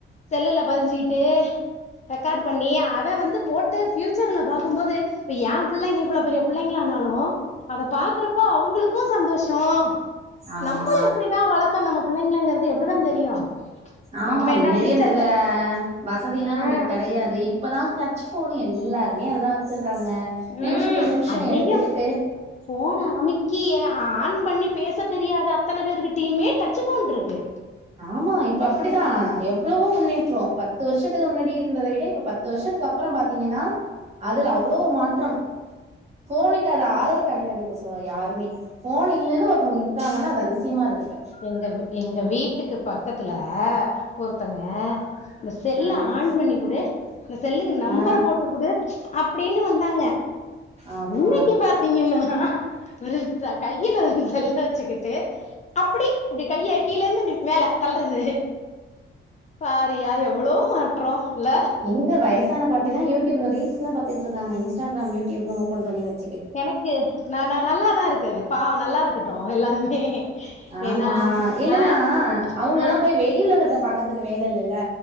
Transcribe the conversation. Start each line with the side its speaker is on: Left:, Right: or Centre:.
Left: செல்லுல பதுஞ்சுக்கிட்டு ரெக்கார்டு பண்ணி அத வந்து போட்டு ஃப்யூச்சர்ல பாக்கும் போது இப்ப ஏ பிள்ளைங்க இவ்வளோ பெரிய பிள்ளைங்களானாலு அத பாக்குறப்போ அவுங்களுக்கு சந்தோஷோ
Right: ஆமா.
Left: நம்மள எப்டிதா வளத் தோ நம்ம பிள்ளைங்களங்கிறது எப்டிதா தெரியு
Right: ஆமாம்
Left: நம்ம என்ன
Right: நெறய
Left: ஃபியூச்சர்க்கு
Right: இந்த வ வசதில்லா நமக்கு
Left: ஆ
Right: கெடையாது இப்பதா டச் ஃபோன் எல்லாருமே அதுதா வச்சுருக்காங்க
Left: ம்
Right: நிம்ஷத்துக்கு நிம்ஷோ
Left: ஐயையோ
Right: எடுத்துக்கிட்டு
Left: ஃபோன அமிக்கி ஆ ஆன் பண்ணி பேச தெரியாத அத்தன பேருக்கிட்டயுமே டச் ஃபோன்ருக்கு
Right: ஆமா இப்ப அப்டிதா எவ்ளவோ முன்னேற்றோ பத்து வருஷத்துக்கு முன்னாடி இருந்ததை விட இப்ப பத்து பத்து வருஷத்துக்கு அப்பறோ பாத்தீங்கன்னா அதுல அவ்வளோ மாற்றம் ஃபோன் இல்லாத ஆளே கெடையாது இப்ப சோ யாருமே ஃபோன் இல்லன்னு ஒருத்தவுங்க இருக்காங்கன்னா அது அதிசயமா இருக்கு இப்ப
Left: எங்க வீ எங்க வீட்டுக்கு பக்கத்துல ஒருத்தங்க இந்த செல்ல
Right: ம்
Left: ஆன் பண்ணி குடு இந்த செல்லுக்கு நம்பர்
Right: ஆ
Left: போட்டு குடு அப்டின்னு வந்தாங்க
Right: ஆமா
Left: இன்னைக்கி பாத்தீங்கன்னா ஒருத்த கையில ஒரு செல்ல வச்சுக்கிட்டு அப்பிடி இப்டி கைய கீழ இந்து இப்டி மேல தள்றது பாருயா எவ்வளோ மாற்றோ இல்ல
Right: எங்க வயசான பாட்டில்லா யூடியூப்ல ரீல்ஸ்லா பாத்துட்ருக்காங்க இன்ஸ்டாகிராம் யூடியூபுன் ஓபன் பண்ணி வ
Left: எனக்கு நா நா நல்லாதா இருக்கு அது பாவோ நல்லாருக்கட்டு எல்லாருமே
Right: ஆமா
Left: ஏன்னா
Right: இல்லன்னா
Left: ஆ
Right: அவுங்கல்லா
Left: ஆ
Right: போய் வெளி உலகத்த பாக்குறதுக்கு வேல இல்லல்ல